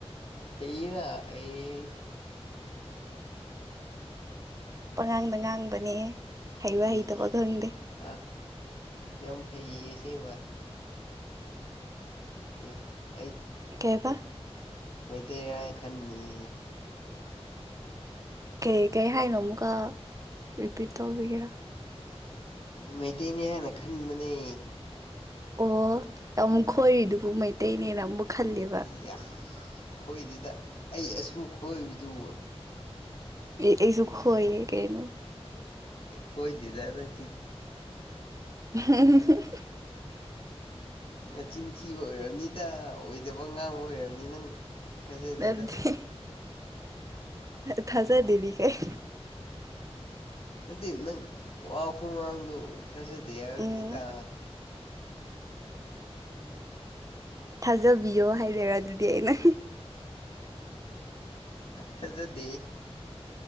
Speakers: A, on the left; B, on the right.
A: ꯍꯤꯅꯥ ꯑꯦ
B: ꯄꯉꯥꯡꯗ ꯉꯥꯡꯕꯅꯦ ꯍꯩꯕ
A: ꯏ
B: ꯍꯩꯇꯕ ꯈꯪꯗꯦ
A: ꯑ ꯌꯥꯝ ꯍꯁꯦ ꯥꯏ ꯌꯦ
B: ꯀꯩꯕ
A: ꯃꯩꯇꯩꯔ ꯍꯥꯏ ꯈꯟꯕꯅꯤ
B: ꯀꯩ ꯀꯩ ꯍꯥꯏꯅꯣ ꯑꯃꯨꯛꯀ ꯔꯤꯄꯤꯠ ꯇꯧꯕꯤꯒꯦꯔꯥ
A: ꯃꯩꯇꯩꯅꯦ ꯍꯥꯏ ꯈꯥꯟ ꯃꯅꯤ
B: ꯑꯣ ꯑꯃꯨꯛ ꯈꯣꯏꯔꯤꯗꯨꯕꯨ ꯃꯩꯇꯩꯅꯦꯅ ꯑꯃꯨꯛ
A: <unintelligible>
B: ꯈꯜꯂꯦꯕ
A: ꯍꯣꯏꯗꯤꯗ ꯑꯌꯦꯁ ꯊꯨ ꯈꯣꯏꯗꯨ
B: ꯑꯩꯁꯨ ꯍꯣꯏꯌꯦ ꯀꯩꯅ
A: ꯀꯣꯏꯗꯗ ꯅ
B: <inaudible>
A: ꯅꯆꯤꯟ ꯊꯤꯕ ꯑꯣꯏꯔꯕꯝꯅꯤꯗ ꯑꯣꯏꯗꯕ ꯉꯥꯡꯕ ꯑꯣꯏꯔꯕꯅꯤ ꯅꯪ ꯊꯥꯖꯗꯦꯗ
B: ꯃꯗꯤ ꯊ ꯖꯤꯗꯤ ꯀꯩ
A: ꯑꯗꯤ ꯅꯪ ꯋꯥꯈꯨꯥꯡꯗ ꯊꯖꯗꯦ ꯍꯥꯏꯕꯅꯤꯗ
B: ꯎꯝ ꯊꯥꯖꯕꯤꯌꯣ ꯍꯥꯏꯗꯔ ꯑꯗꯨꯗꯤ ꯑꯩꯅ
A: <inaudible> ꯊꯖꯗꯦ